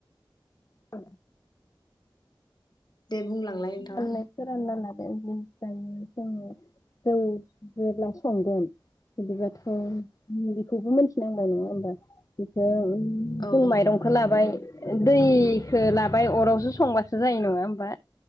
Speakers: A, on the left; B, on the left.
A: <unintelligible>
B: दे बुंलांलाय नोंथाङा
A: दायो जोङो जौ जेब्ला संगोन बिदिबाथ' बेखौबो मिथिनांबाय नङा होमबा बेखौ
B: औ
A: जों
B: नंगौ
A: माइरंखौ लाबाय दै खो लाबाय अरावसो संबासो जायो नङा होमबा